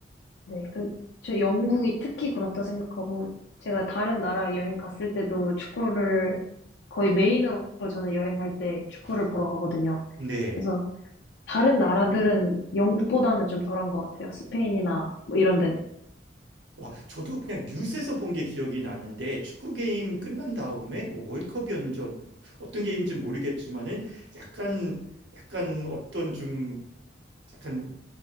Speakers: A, on the left; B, on the right.
A: 네, 그, 저 영국이 특히 그렇다 생각하고, 제가 다른 나라 여행 갔을 때도 축구를 거의 메인으로 저는 여행할 때 축구를
B: 아,
A: 보러 가거든요.
B: 네.
A: 그래서 다른 나라들은 영국보다는 좀 덜한 것 같아요. 스페인이나 뭐 이런 데는.
B: 와, 저도 그냥 뉴스에서 본 게 기억이 나는데 축구 게임 끝난 다음에 뭐 월컵이었는지 어- 어떤 게임인지 모르겠지만은 약간 약간 어떤 좀 약간